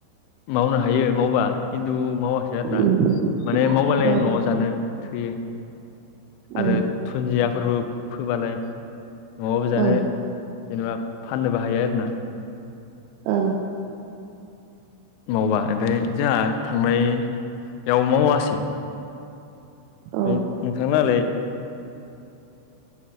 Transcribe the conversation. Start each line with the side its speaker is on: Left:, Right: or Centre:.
Left: मावनो हायो मावबा खिन्थु मावाखै आरो ना।
Right: उम
Left: माने मावबलाय
Right: औ
Left: न'आव जानो थैयो आरो
Right: औ
Left: दाफोरबो फोबालाय न'वावबो जानो
Right: औ
Left: जेनेबा फाननोबो हायो आरोना।
Right: औ
Left: मावबा ओमफ्राय जोंहा थांनायाव मावासै।
Right: औ
Left: नोंथां लाहालाय?